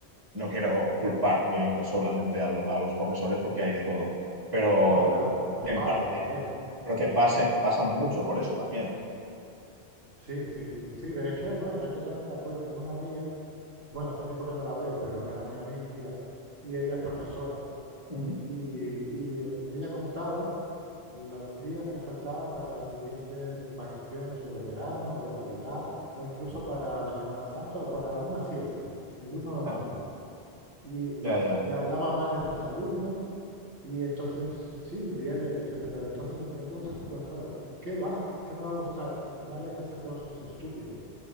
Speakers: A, on the right; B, on the right.
A: no quiero culpar, obviamente, solamente a, lo- a los profesores porque hay de todo. Pero
B: No, claro, los
A: en
B: padres
A: parte
B: también.
A: creo que pasen, pasan mucho por eso también.
B: Sí, sí, sí, sí. De hecho, no, estoy totalmente de acuerdo. Tengo una amiga, bueno, hace tiempo que no la veo, pero era muy amiga y ella es profesora
A: Ujú.
B: y, y ella contaba los días que faltaban para las siguientes vacaciones o de verano, de Navidad o incluso para la Semana Santa o para una fiesta, el uno de mayo.
A: Ya,
B: Y,
A: ya, ya.
B: y hablaba mal de sus alumnos y entonces, sí, un día yo le dije, pero entonces a ti no te gusta ser profesora. ¿Qué va? ¿Qué me va a gustar? Darle clase a todos esos estúpidos.